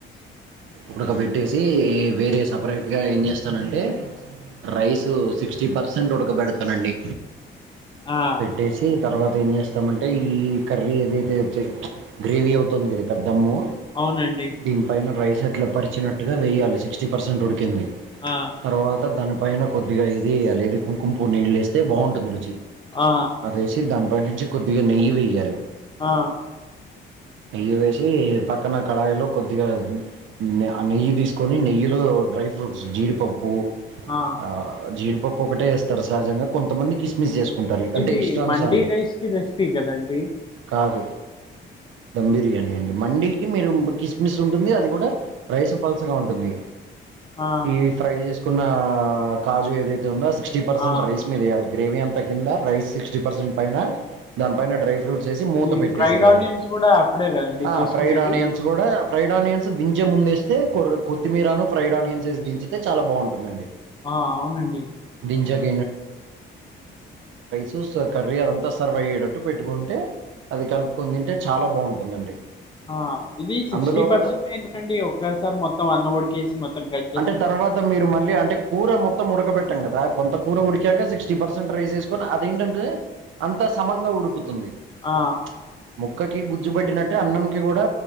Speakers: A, on the right; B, on the left.
A: ఉడకబెట్టేసి వేరే సపరేట్ గా ఏం చేస్తానంటే రైసు సిక్స్టీ పర్సెంట్ ఉడకబెడుతానండి
B: ఆ
A: పెట్టేసి తర్వాత ఏం చేస్తామంటే ఈ కర్రీ ఏదైతే చ్ గ్రేవీ అవుతుంది ఇది క్ దమ్ము
B: అవునండి
A: దీనిపైన రైస్ అట్లా పరిచినట్టుగా వేయాలి సిక్స్టీ పర్సెంట్ ఉడికింది
B: ఆ
A: తర్వాత దానిపైన కొద్దిగా ఇది ఎయ్యాలి ఏది కుంకుంపువ్వు నిళ్ళేస్తే బాగుంటుంది రుచి
B: ఆ
A: అదేసి దానిపై నుంచి కొద్దిగా నెయ్యి వెయ్యాలి.
B: ఆహ్.
A: నెయ్యి వేసి పక్కన కడాయిలో కొద్దిగా. ఉన్ ఆ నెయ్యి తీసుకొని నెయ్యిలో డ్రై ఫ్రూట్స్ జీడిపప్పు
B: ఆ
A: ఆహ్. జీడిపప్పు ఒకటే వేస్తారు సహజంగా కొంతమంది. కిస్మిస్ ఏసుకుంటారు అంటే
B: ఇది
A: ఇష్టానుసారం
B: మండీ రైస్ కి రెసిపీ కదండి
A: కాదు. ధమ్ బిర్యానీ అండి మండీకి మీరు కిస్మిస్ ఉంటుంది అది కూడా. రైస్ పల్సగా ఉంటుంది.
B: ఆ
A: ఈ ఫ్రై చేసుకున్న కాజు ఏదైతే ఉందో సిక్స్టీ పర్సెంట్
B: ఆ
A: రైస్ మీద వేయాలి. గ్రేవీ అంతా. కింద రైస్ సిక్స్టీ పర్సెంట్ పైన దాని పైన డ్రై ఫ్రూట్స్ వేసి మూత
B: ఈ
A: పెట్టేసేయాలి.
B: ఫ్రైడ్ ఆనియన్స్ కూడా అప్పుడే కదండి
A: ఆఊ
B: చేసుకునేది
A: ఫ్రైడ్ ఆనియన్స్ కూడా ఫ్రైడ్ ఆనియన్స్ దించే ముందేస్తే కొర్రు కొత్. కొత్తిమరాను ఫ్రైడ్ ఆనియన్స్ ఏసి దించితే చాలా బాగుంటుందండి.
B: ఆహ్ అవునండి
A: దించాక
B: ఉమ్.
A: చూస్తే కర్రీ అదంతా సర్వ్ అయ్యేటట్టు పెట్టుకుంటే అది కలుపుకొని తింటే చాలా బాగుంటుందండి.
B: ఆహ్ ఇది సిక్స్టీ
A: అందులో
B: పర్సెంట్
A: కూడా
B: ఎందుకండి ఒసారి మొత్తం అన్నవడ్ కేసి మొత్తం కలిసి.
A: అంటే తర్వాత మీరు మళ్ళీ అంటే కూర మొత్తం ఉడకబెట్టం కదా కొంత కూర ఉడికాక సిక్స్టీ పర్సెంట్ రైజెస్. అదేంటంటే అంత సమంగా ఉడుకుతుంది
B: ఆ
A: ప్చ్ ముక్కకి ము గుజుబెట్టినట్టే అన్నంకి కూడా